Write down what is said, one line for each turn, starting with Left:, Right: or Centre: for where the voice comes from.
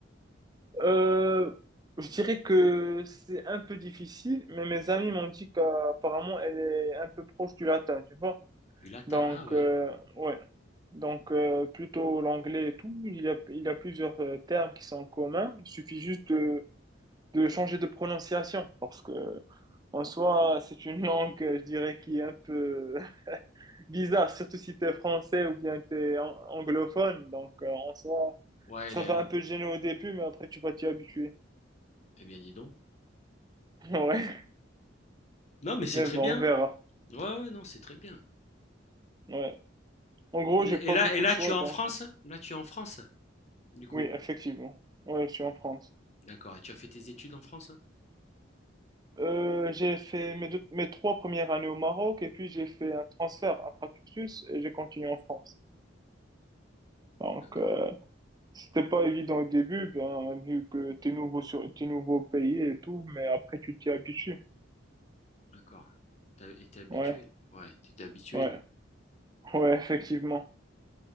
Right: Euh, je dirais que c'est un peu difficile, mais mes amis m'ont dit qu'apparemment elle est un peu proche du latin, tu vois.
Left: Du latin.
Right: Donc,
Left: Ah ouais.
Right: euh, ouais. Donc, euh, plutôt l'anglais et tout, il y a, il y a plusieurs euh, termes qui sont communs. Il suffit juste de, de changer de prononciation parce que, en soi, c'est une langue, euh, je dirais, qui est un peu <laughs> bizarre, surtout si tu es français ou bien tu es anglophone. Donc, euh, en soi,
Left: Ouais,
Right: ça
Left: elle est
Right: va
Left: là.
Right: un peu gêner au début, mais après, tu vas t'y habituer.
Left: Eh bien dis donc.
Right: <laughs> Ouais.
Left: Non, mais c'est
Right: Mais
Left: très
Right: bon,
Left: bien.
Right: on verra.
Left: Ouais ouais, non, c'est très bien.
Right: Ouais. En gros,
Left: Et, là
Right: j'ai pas
Left: et là
Right: beaucoup
Left: et là,
Right: de choix,
Left: tu es en
Right: donc
Left: France? Là tu es en France du coup.
Right: oui, effectivement. Ouais, je suis en France.
Left: D'accord. Et tu as fait tes études en France?
Right: Euh, j'ai fait mes deux- mes trois premières années au Maroc et puis j'ai fait un transfert intra-cursus et j'ai continué en France. Donc,
Left: D'accord.
Right: euh, c'était pas évident au début, ben, vu que t'es nouveau sur, t'es nouveau au pays et tout, mais après tu t'y habitues.
Left: D'accord. T'as- Et t'es habitué.
Right: Ouais,
Left: Ouais, tu t'es habitué
Right: ouais,
Left: là.
Right: ouais, effectivement.